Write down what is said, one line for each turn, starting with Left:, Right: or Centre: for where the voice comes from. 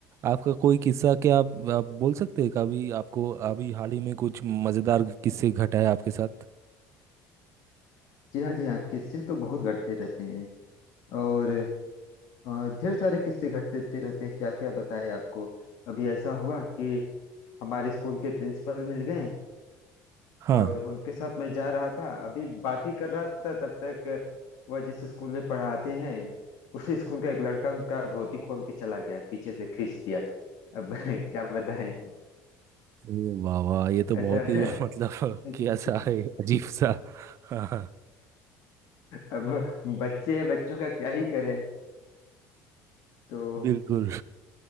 Right: आपका कोई किस्सा क्या आप, आप बोल सकते हैं कभी आपको अभी हाल ही में कुछ मजेदार किस्से घटा है आपके साथ
Left: जी हाँ जी हाँ किस्से तो बहुत घटते रहते हैं और अ, ढेर सारे किस्से घटते रहते हैं क्या क्या बताएं आपको अभी ऐसा हुआ कि हमारे स्कूल के प्रिंसिपल मिल गए
Right: हाँ
Left: और उनके साथ मैं जा रहा था अभी बात ही कर रहा था तब तक वह जिस स्कूल में पढ़ाते हैं उसी स्कूल का एक लड़का उनका धोती खोल के चला गया पीछे से खींच दिया अब <laughs> क्या बताएं
Right: ये वाह वाह ये तो बहुत
Left: ऐसा
Right: ही <laughs> मतलब
Left: <laughs>
Right: क्या सा है अजीब सा हाँ हाँ
Left: अब बच्चे हैं बच्चों का क्या ही करें तो
Right: बिल्कुल